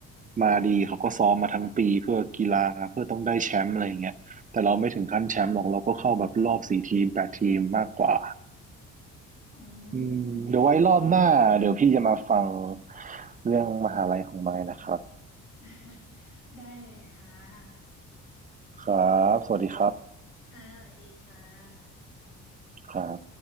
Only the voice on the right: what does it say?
มาดีเขาก็ซ้อมมาทั้งปีเพื่อกีฬาเพื่อต้องได้แชมป์อะไรอย่างเงี้ยแต่เราไม่ถึงขั้นแชมป์หรอกเราก็เข้าแบบรอบสี่ทีมแปดทีมมากกว่า
อืมเดี๋ยวไว้รอบหน้าเดี๋ยวพี่จะมาฟังเรื่องมหาลัยของไม้นะครับ
ครับสวัสดีครับ
ครับ